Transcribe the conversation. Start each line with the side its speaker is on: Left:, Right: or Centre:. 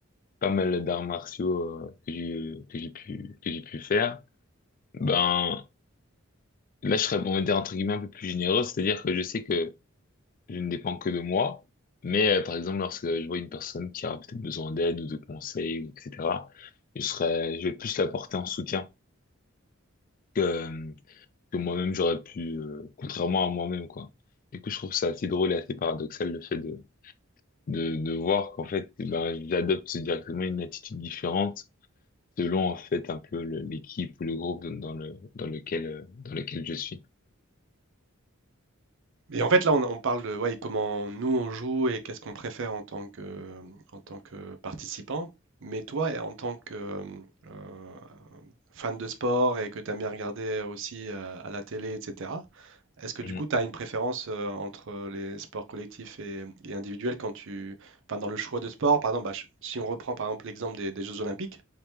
Left: pas mal d'arts martiaux euh, que j'ai que j'ai pu que j'ai pu faire, ben là, je serais, on va dire entre guillemets un peu plus généreux, c'est-à-dire que je sais que je ne dépends que de moi. Mais euh, par exemple, lorsque je vois une personne qui a peut-être besoin d'aide ou de conseils, etc., je serais, je vais plus la porter en soutien que que moi-même j'aurais pu, euh, contrairement à moi-même, quoi. Du coup, je trouve ça assez drôle et assez paradoxal le fait de de, de voir qu'en fait, eh ben, j'adopte directement une attitude différente selon en fait un peu le- l'équipe ou le groupe dans le dans lequel euh, dans lequel je suis.
Right: Et en fait, là, on, on parle de ouais, comment nous on joue et qu'est-ce qu'on préfère en tant que, en tant que participant. Mais toi, et en tant que euh, euh, fan de sport et que tu aimes bien regarder aussi euh, à la télé, etc., est-ce que du
Left: Mhm.
Right: coup, tu as une préférence euh, entre les sports collectifs et, et individuels quand tu, enfin, dans le choix de sport? Par exemple, bah, je- si on reprend par exemple l'exemple des, des Jeux Olympiques,